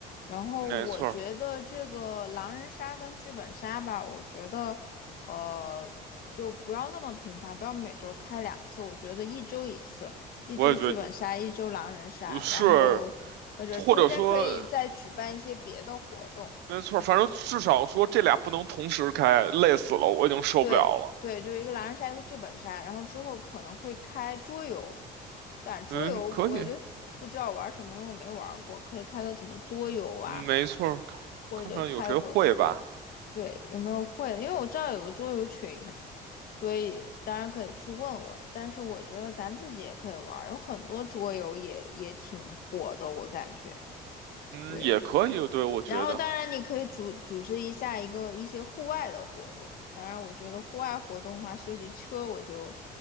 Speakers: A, on the left; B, on the right.
A: 然后我觉得这个狼人杀跟剧本杀吧，
B: 没错儿，
A: 我觉得呃就不要那么频繁，不要每周开两次，我觉得一周一次，一周剧本杀，
B: 我也觉得
A: 一周狼人杀，
B: 呃是，
A: 然后或者中间可以再举办一些别的活动。
B: 或者说，没错儿，反正至少说这俩不能同时开，累死了，我已经受不了了。
A: 对对，就是一个狼人杀，一个剧本杀，然后之后可能会开桌游，但桌游我就不知道玩什么，
B: 嗯，可以，
A: 因为我没玩过，可以开个什么桌游啊，
B: 嗯没错儿，看
A: 或者开个对
B: 看看有谁会吧。
A: 对，有没有会的？因为我知道有个桌游群，所以当然可以去问问，但是我觉得咱自己也可以玩儿有很多桌游也也挺火的，我感觉
B: 嗯，
A: 对。
B: 也可以，对，我觉得，
A: 然后，当然你可以组组织一下一个一些户外的活动。当然，我觉得户外活动的话，涉及车，我就